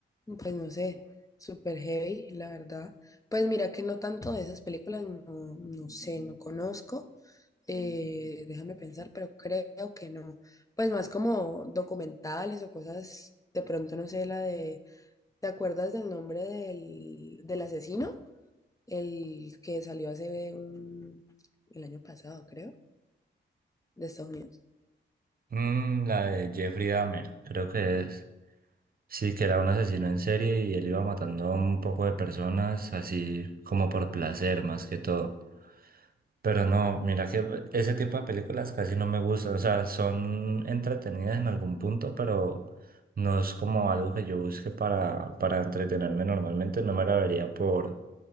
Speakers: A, on the left (about 15°); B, on the right (about 45°).
A: Pues no sé, super heavy, la verdad. Pues mira que no tanto de esas películas, no, no sé, no conozco. Eh, déjame pensar, pero creo que no. Pues más como documentales o cosas, de pronto no sé, la de, ¿te acuerdas del nombre del, del asesino? El que salió hace un, el año pasado, creo, de Estados Unidos.
B: Mm, la de Jeffrey Dahmer, creo que es. Sí, que era un asesino en serie y él iba matando a un poco de personas así como por placer más que todo. Pero no, mira que ese tipo de películas casi no me gustan. O sea, son entretenidas en algún punto, pero no es como algo que yo busque para, para entretenerme normalmente. No me la vería por